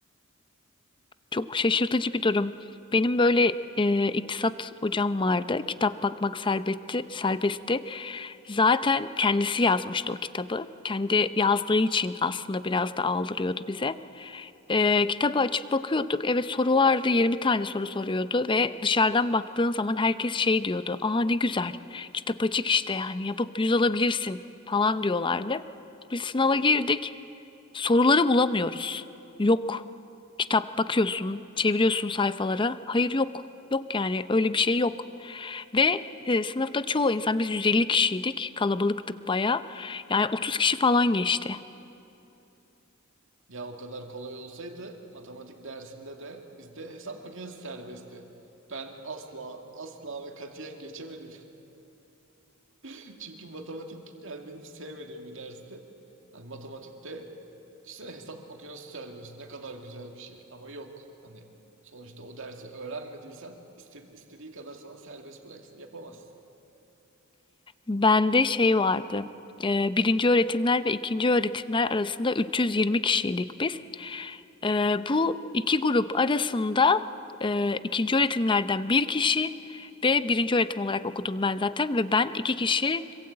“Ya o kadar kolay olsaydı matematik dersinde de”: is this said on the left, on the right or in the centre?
Right